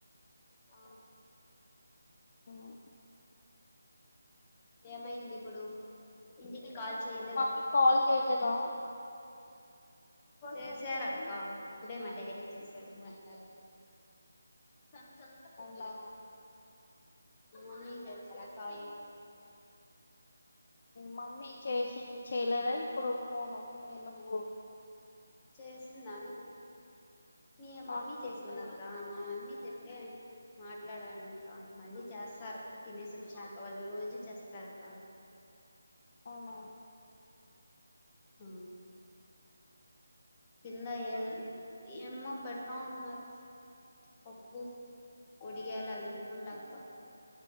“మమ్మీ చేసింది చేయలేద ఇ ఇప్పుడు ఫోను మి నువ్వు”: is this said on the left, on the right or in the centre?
Left